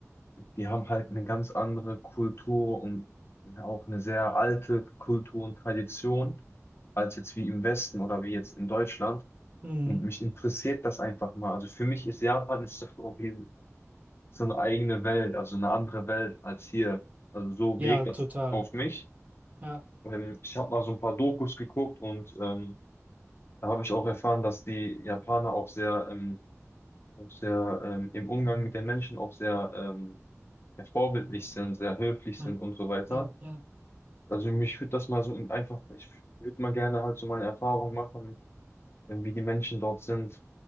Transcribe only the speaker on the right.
Mhm.
Ja,
total.
Ja.
Mhm.
Ja, ja.